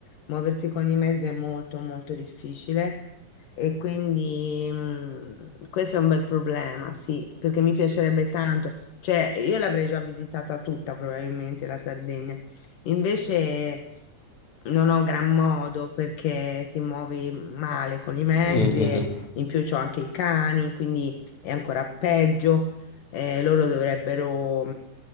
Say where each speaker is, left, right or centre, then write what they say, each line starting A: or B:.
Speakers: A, on the left (about 80°); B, on the left (about 60°).
A: muoversi con i mezzi è molto molto difficile e quindi mh, questo è un bel problema, sì, perché mi piacerebbe tanto, cioè io l'avrei già visitata tutta probabilmente la Sardegna, invece non ho gran modo perché ti muovi male con i mezzi.
B: mm, mm,
A: e
B: mm.
A: in più c'ho anche i cani, quindi è ancora peggio. Eh, loro dovrebbero,